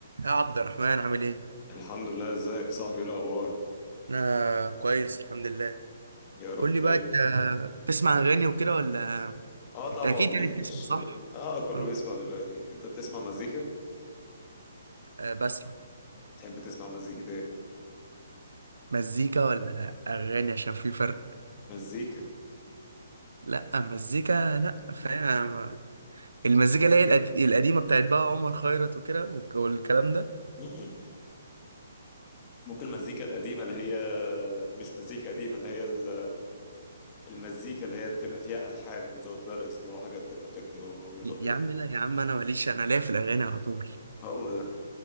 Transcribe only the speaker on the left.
الحمد لله ازيك يا صاحبي ايه الاخبار
يا رب
دايما
اه طبعا
مين
مش
اه كله
بيسمع دلوقتي انت بتسمع مزيكا
تحب تسمع مزيكة ايه
مزيكا
م-م. ممكن المزيكا القديمة اللي هي مش مزيكا قديمة اللي هي ال- المزيكا اللي هي بتبقى فيها ألحان وزود ليركس لو حاجات بتبقى تكنو ميلوديك
هو ده